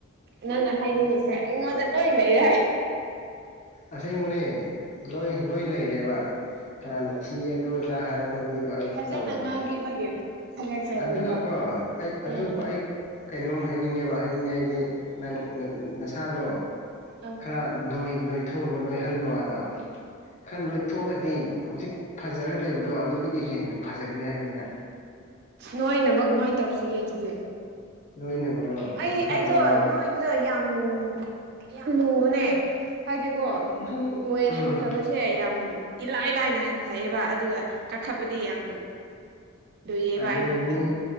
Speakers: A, on the right; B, on the left.
A: ꯅꯪꯅ ꯍꯥꯏꯗꯤ ꯑꯩꯉꯣꯟꯗ ꯂꯣꯏ ꯂꯩꯔꯦ
B: ꯑꯁꯦꯡꯕꯅꯦ ꯂꯣꯏ ꯂꯣꯏ ꯂꯩꯔꯦꯕ ꯀꯅꯥꯅ ꯊꯤꯌꯦ ꯑꯗꯨ ꯑꯗꯥ ꯍꯥꯏ ꯃꯤꯗꯣ ꯑꯩ
A: ꯐꯖꯅ
B: ꯇꯧꯒꯦꯁꯦ
A: ꯉꯥꯡꯕꯤꯕꯒꯤ ꯊꯥꯒꯠꯆꯔꯤꯀꯣ
B: ꯑꯗꯨꯒꯀꯣ ꯑꯩ
A: ꯎꯝ
B: ꯑꯗꯨ ꯑꯩ ꯀꯩꯅꯣꯝ ꯍꯥꯏꯅꯤꯡꯉꯦꯕ ꯍꯥꯏꯅꯤꯡꯉꯦ ꯍꯥꯏꯗꯤ ꯅꯪ ꯅꯁꯥꯗꯣ
A: ꯑꯥ
B: ꯈꯔ ꯅꯣꯏ ꯅꯣꯏꯊꯣꯛꯅꯕ ꯅꯣꯏꯍꯜꯂꯣ ꯍꯥꯏꯕ ꯈꯔ ꯅꯣꯏꯊꯣꯛꯑꯒꯗꯤ ꯍꯧꯖꯤꯛ ꯐꯥꯖꯔꯒ ꯂꯩꯕꯗꯣ ꯑꯗꯨꯗꯒꯤ ꯍꯦꯟꯅ ꯐꯥꯖꯒꯅꯤ ꯍꯥꯏꯕꯅꯤꯗ
A: ꯅꯣꯏꯅꯕ ꯀꯃꯥꯏꯅ ꯇꯧꯁꯤꯒꯦ ꯑꯗꯨꯗꯤ
B: ꯅꯣꯏꯅꯕꯔꯣ ꯀꯩꯅꯣ
A: ꯑꯩ
B: ꯇꯧꯔꯣ
A: ꯑꯩꯗꯣ ꯅꯣꯏ ꯑꯗꯨꯗꯣ ꯌꯥꯝ ꯌꯥꯝ ꯂꯨꯕꯅꯦ ꯍꯥꯏꯗꯤꯀꯣ
B: ꯅꯪ
A: ꯋꯦꯠ
B: ꯎꯝ
A: ꯍꯟꯊꯕꯁꯦ ꯁꯦ ꯌꯥꯝ ꯏꯂꯥꯏ ꯂꯥꯏꯅ ꯍꯟꯊꯛꯌꯦꯕ ꯑꯗꯨꯒ ꯀꯥꯈꯠꯄꯗꯤ ꯌꯥꯝ ꯂꯨꯏꯌꯦꯕ
B: ꯑꯗꯨꯗꯤ
A: ꯑꯩꯉꯣꯟꯗ
B: ꯃꯤ